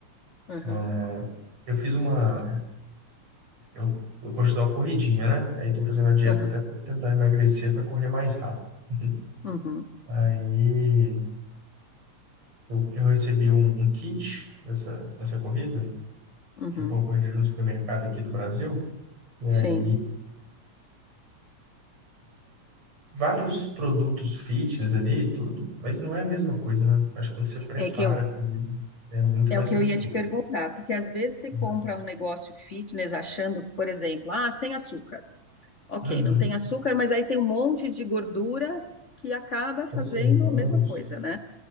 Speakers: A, on the left; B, on the right.
A: aham,
B: É, eu fiz uma Eu, eu gosto de dar uma corridinha, né? Aí estou fazendo a dieta
A: aham,
B: até para tentar emagrecer para correr mais rápido. <laughs>
A: uhum,
B: Aí eu, eu recebi um, um kit dessa, dessa corrida,
A: uhum,
B: que eu vou corrida de um supermercado aqui do Brasil, e aí
A: sim.
B: vários produtos fitness ali, e tudo, mas não é a mesma coisa, né? Acho que quando você prepara
A: É que eu,
B: a comida, é muito
A: é
B: mais
A: o que
B: gostoso.
A: eu ia te perguntar, porque às vezes você
B: né?
A: compra um negócio fitness achando por exemplo, ah, sem açúcar. Ok,
B: Uhum.
A: não tem açúcar, mas aí tem um monte de gordura que acaba
B: Conservantes.
A: fazendo a mesma coisa, né?